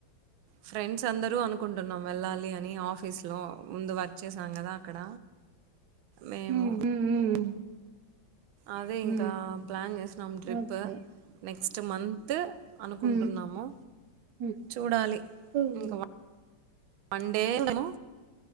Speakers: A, on the right (about 85°); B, on the right (about 65°).
A: ఫ్రెండ్స్ అందరూ అనుకుంటున్నాం వెళ్ళాలి అని ఆఫీస్ లో ముందు వర్క్ చ్చేసాం గదా అక్కడ మేము
B: ఉమ్ ఉమ్ ఉమ్ ఉమ్
A: అదే ఇంకా
B: ఉమ్
A: ప్లాన్ చేసినాం ట్రిప్పు
B: ఓకే
A: నెక్స్ట్ మంత్ అనుకుంటున్నాము
B: ఉమ్ ఉమ్
A: చూడాలి
B: ఉమ్
A: ఇంకవ వన్ డేమో